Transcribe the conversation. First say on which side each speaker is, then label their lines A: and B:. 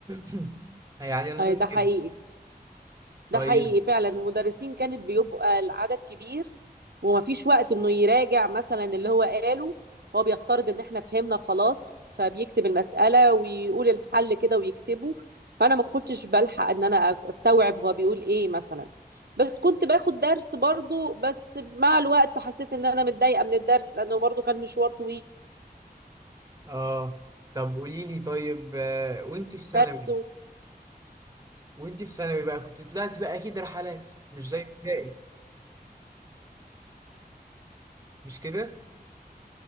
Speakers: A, on the right; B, on the right.
A: <clears throat> يعني انا
B: اي
A: شايف
B: ده حقيقي
A: كده
B: ده
A: طيب
B: حقيقي فعلا المدرسين كانت بيبقى العدد كبير ومفيش وقت انه يراجع مثلا اللي هو قاله هو بيفترض ان احنا فهمنا خلاص فبيكتب المسألة ويقول الحل كده ويكتبه فانا ما كنتش بلحق ان انا استوعب هو بيقول ايه مثلا بس كنت باخد درس برضو بس مع الوقت حسيت ان انا متضايقة من الدرس لانه برضو كان مشوار طويل
A: اه طب قولي لي طيب آه وانت في ثانوي
B: درس
A: وانت في ثانوي بقى كنت طلعت بقى اكيد رحلات مش زي ابتدائي مش كده؟